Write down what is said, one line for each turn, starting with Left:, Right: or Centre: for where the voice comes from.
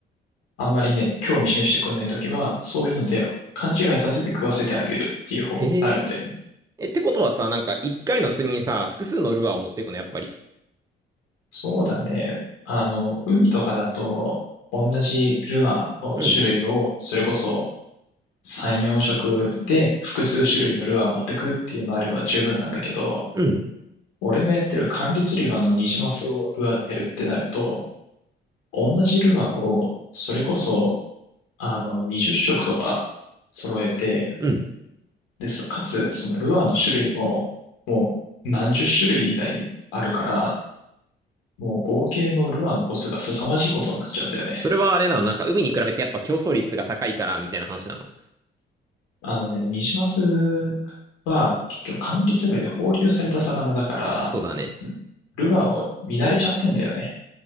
Left: あんまりね、興味示してくれないときは、そういうので勘違いさせて食わせてあげるっていう方になるんだよね。
Right: へえ。え、ってことはさ、なんか一回の釣りにさ、複数のルアーを持っていくの、やっぱり。
Left: そうだね。あの、海とかだと、同じルアーの種類を、
Right: うん。
Left: それこそ3、4色で複数種類のルアー持ってくっていうのあれば十分なんだけど、
Right: うん。
Left: 俺のやってる管理釣り場のニジマスをルアーでやるってなると、同じルアーを、それこそ、あの、20色とか揃えて、
Right: うん。
Left: でさ、かつ、そのルアーの種類も、もう何十種類みたいにあるから、もう合計のルアーの個数が凄まじいことになっちゃうんだよね。
Right: それはあれなの、なんか海に比べてやっぱ競争率が高いから、みたいな話なの。
Left: あのね、ニジマスは結局管理詰めで放流された魚だから、
Right: そうだね。
Left: ルアーを見慣れちゃってんだよね。